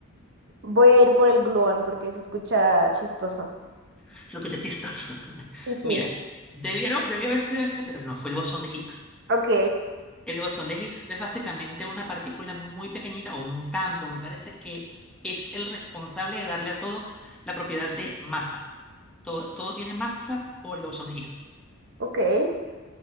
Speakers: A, on the right; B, in the centre.
A: Voy a ir por el gluón porque se escucha chistoso.
B: <laughs> Se escucha chistoso. <laughs>
A: Sí, sí.
B: Mira, debieron, debió haber sido ese, pero no, fue el bosón de Higgs.
A: Ok,
B: El bosón de Higgs es básicamente una partícula muy pequeñita o un campo, me parece que es el responsable de darle a todo la propiedad de masa. Todo, todo tiene masa por el bosón de Higgs.
A: ok. Está